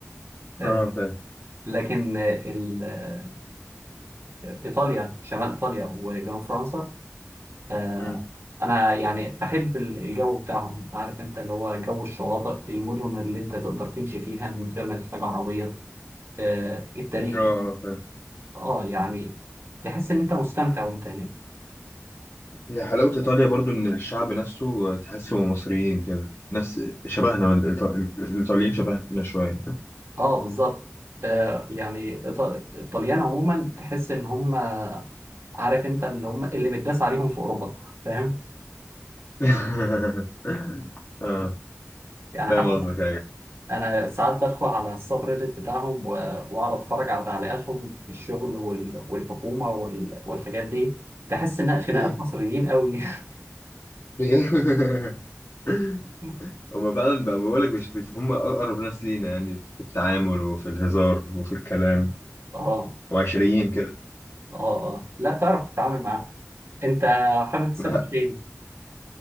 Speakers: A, on the right; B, on the left.
A: آه،
B: اه فاهم
A: لكن آه، ال- آه، ايطاليا شمال ايطاليا وجنوب فرنسا آه،
B: مم.
A: انا يعني بحب ال- الجو بتاعهم عارف انت اللي هو جو الشواطئ المدن اللي انت تقدر تمشي فيها من غير ما تحتاج عربيه آه، التاريخ
B: اه آه،
A: بتاعهم.
B: فاهم
A: اه يعني تحس ان انت مستمتع وانت هناك
B: هي حلاوه ايطاليا برضو ان الشعب نفسه تحسه مصريين كده نفس شبهنا والإيطال- الايطاليين شبهنا شويه
A: اه بالظبط آه يعني إيط- الطليان عموما تحس ان هم عارف انت اللي هم اللي متداس عليهم في اوروبا فاهم
B: <laughs> اه
A: يعني
B: فاهم
A: حتى
B: قصدك ايوه
A: انا ساعات بدخل على السب ريدت بتاعهم و- واقعد اتفرج على تعليقاتهم في الشغل وال- والحكومه وال- والحاجات دي تحس ان خناقات
B: مم.
A: مصريين قوي
B: بجد <laughs>
A: <laughs>
B: هما فعلا بقى بقول لك مش بيف- هم اقرب ناس لينا يعني في التعامل وفي الهزار وفي الكلام
A: اه
B: وعشريين كده
A: اه اه لا تعرف تتعامل معاهم انت حابب تسافر
B: انا
A: فين